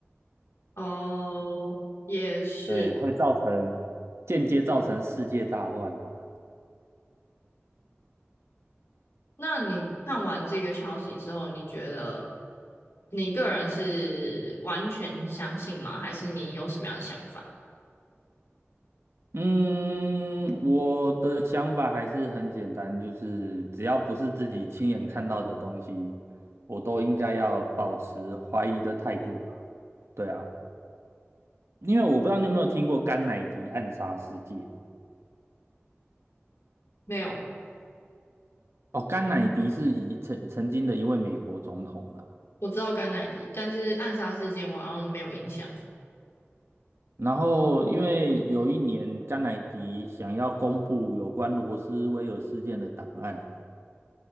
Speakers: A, on the left; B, on the right.
A: 哦，也是。
B: 对，会造成间接造成世界大乱啊。
A: 那你看完这个消息之后，你觉得你个人是完全相信吗？还是你有什么样的想法？
B: 嗯，我的想法还是很简单，就是只要不是自己亲眼看到的东西，我都应该要保持怀疑的态度啦。对啊，因为我不知道你有没有听过甘乃迪暗杀事件。
A: 没有，
B: 哦，甘乃迪是一曾曾经的一位美国总统啦。
A: 我知道甘乃迪，但是暗杀事件我好像没有印象。
B: 然后，因为有一年甘乃迪想要公布有关罗斯威尔事件的档案，